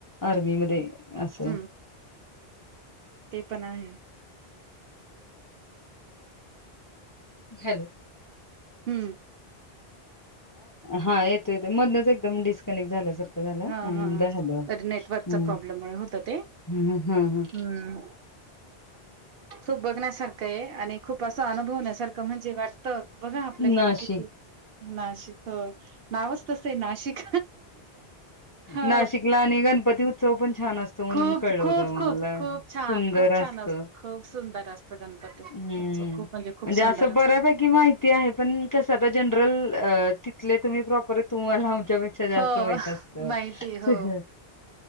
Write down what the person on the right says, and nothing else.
हं, ते पण आहे
हम्म
हां, हां.
नेटवर्कच्या प्रॉब्लेममुळे होतं ते.
हं. खूप बघण्यासारखं आहे आणि खूप असं अनुभवण्यासारखं म्हणजे वाट तक बघा आपल्याकडे
किती नाशिक ह नावच तसं आहे नाशिक हो
खूप
खूप
खूप
खूप
छान खूप छान
अस खूप सुंदर असतं गणपती
उत्सव खूप खूप
सुंदर
असतं
हो
माहिती हो